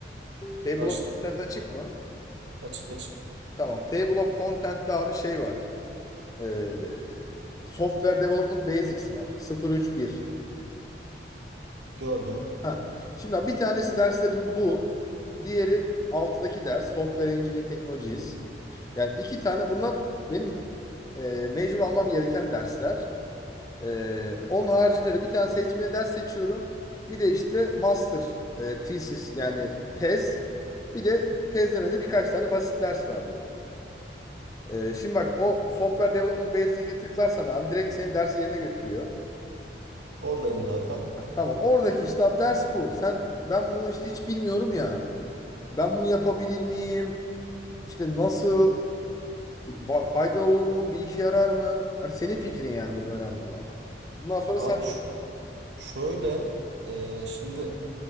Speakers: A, on the left; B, on the right.
A: Table
B: Aç,
A: of Content açık mı?
B: açık açık
A: Tamam. Table of Content'te abi şey var. Ee, Software Development Basics var. 031.
B: gördüm.
A: Ha. Şimdi abi bir tanesi derslerin bu. Diğeri alttaki ders. Software Engineering Technologies. Yani iki tane bunlar benim e, major almam gereken dersler. Ee, onun haricinde de bir tane seçmeli ders seçiyorum. Bir de işte master e, thesis yani tez. Bir de tezden önce birkaç tane basit ders var böyle. Ee, şimdi bak o Software Development Basic'e tıklarsan abi direkt senin ders yerine götürüyor.
B: Oradayım zaten.
A: Ha, Tamam oradaki işte abi ders bu. Sen ben bunu işte hiç bilmiyorum ya. Ben bunu yapabilir miyim? İşte nasıl? Ba- Faydalı olur mu? Bir işe yarar mı? Yani senin fikrin yani burada önemli olan. Bundan sonra
B: Abi
A: sen
B: ş-
A: de
B: şöyle e, şimdi